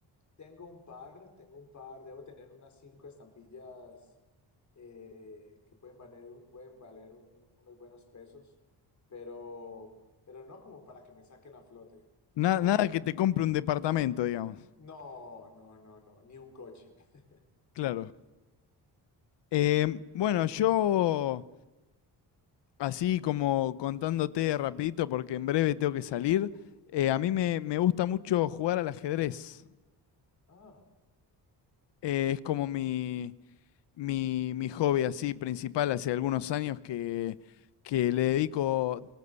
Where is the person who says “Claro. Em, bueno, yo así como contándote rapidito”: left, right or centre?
Left